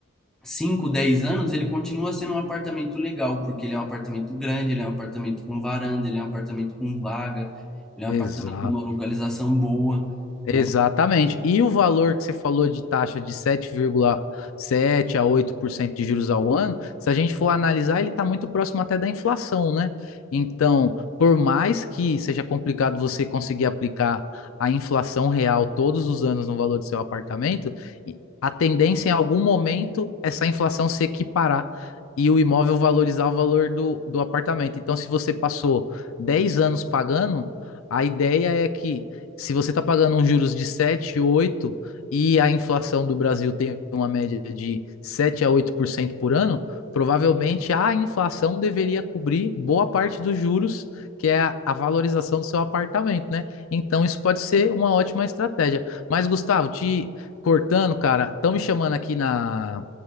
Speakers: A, in the centre; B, on the left (about 70°).
A: 5, 10 anos, ele continua sendo um apartamento legal, porque ele é um apartamento grande, ele é um apartamento com varanda, ele é um apartamento com vaga, ele é
B: Exato.
A: um apartamento com uma localização boa, né?
B: Exatamente. E o valor que você falou de taxa de sete vírgula sete a 8% de juros ao ano, se a gente for analisar, ele está muito próximo até da inflação, né? Então, por mais que seja complicado você conseguir aplicar a inflação real todos os anos no valor do seu apartamento, e- a tendência em algum momento essa inflação se equiparar e o imóvel valorizar o valor do, do apartamento. Então, se você passou 10 anos pagando, a ideia é que se você está pagando uns juros de 7 8 e a inflação do Brasil tem uma média de 7 a oito por cento por ano, provavelmente a inflação deveria cobrir boa parte dos juros, que é a, a valorização do seu apartamento, né? Então isso pode ser uma ótima estratégia. Mas Gustavo, te cortando, cara, estão me chamando aqui na